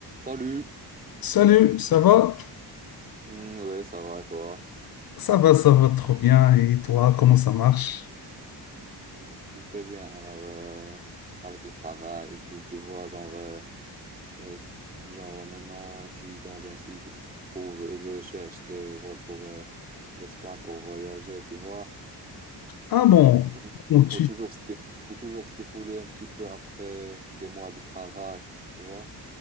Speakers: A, on the right (about 20°); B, on the left (about 60°).
A: Salut!
B: Salut, ça va?
A: Hmm, ouais, ça va et toi?
B: Ça va, ça va trop bien. Et toi, comment ça marche?
A: Hmm, tout est bien. Alors, euh, avec le travail et tout, tu vois, genre, euh, euh, genre maintenant, je suis dans un site, je trouve, je cherche des vols pour euh, l'Espagne pour voyager, tu vois.
B: Ah bon,
A: Mhm.
B: bon, tu...
A: Faut toujours se déf- faut toujours se défouler un petit peu après des mois de travail, tu vois.